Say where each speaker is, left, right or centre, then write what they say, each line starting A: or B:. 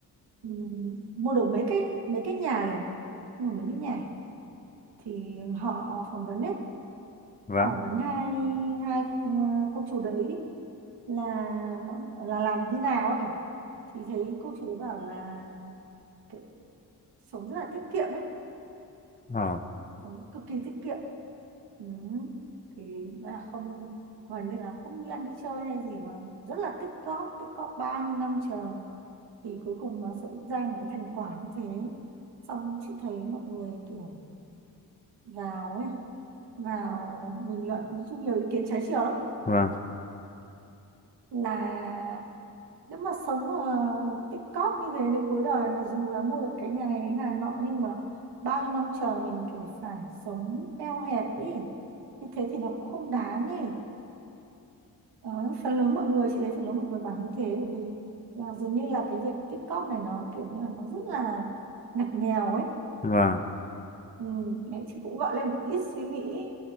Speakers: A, on the right (about 90°); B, on the left (about 20°).
A: um, mua được mấy cái mấy cái nhà này mua mấy cái nhà thì họ phỏng vấn đấy
B: vâng
A: họ phỏng vấn hai hai ừ, cô chú đấy là bọn- là làm như nào ấy thì thấy cô chú đấy bảo là kiểu sống rất là tiết kiệm ấy
B: ờ
A: Huấn cực kỳ tiết kiệm ừ. thì là không Huấn nên là không đi ăn đi chơi hay gì mà rất là tích cóp tích cóp bao nhiêu năm trời thì cuối cùng nó sẽ ra một cái thành quả như thế xong chị thấy mọi người kiểu vào ấy vào bình luận nói chung nhiều ý kiến trái chiều lắm
B: vâng
A: là nếu mà sống mà tích cóp như thế đến cuối đời mặc dù là mua được cái nhà này cái nhà nọ nhưng mà bao nhiêu năm trời mình kiểu phải sống eo hẹp ấy như thế thì nó cũng không đáng ấy Đó, phần lớn mọi người chị thấy phần lớn mọi người bảo như thế bởi vì là dường như là cái việc tích cóp này nó kiểu như là nó rất là ngặt nghèo ấy
B: vâng
A: ừ, đấy chị cũng gọi lên một ít suy nghĩ